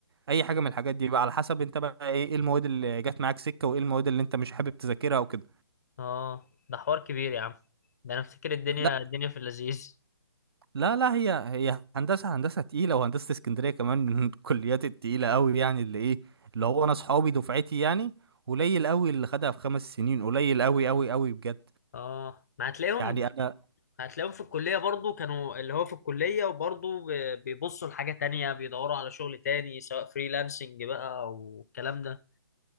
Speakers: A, on the right; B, on the left.
A: اي حاجة من الحاجات دي بقى على حسب انت بقى ايه إيه المواد اللي جت معاك سكة وايه المواد اللي انت مش حابب تذاكرها وكده
B: اه ده حوار كبير يا عم ده انا افتكر الدنيا
A: لا
B: الدنيا في اللذيذ
A: لا لا هي هي هندسة هندسة تقيلة وهندسة اسكندرية كمان من <laughs> الكليات التقيلة قوي يعني اللي ايه اللي هو انا صحابي دفعتي يعني قليل قوي اللي خدها في خمس سنين قليل قوي قوي قوي بجد
B: اه ما هتلاقيهم
A: يعني انا
B: هتلاقيهم في الكليه برضو كانوا اللي هو في الكليه وبرضو ب- بيبصوا لحاجه تانية بيدوروا على شغل تاني سواء فريلانسنج بقى او الكلام ده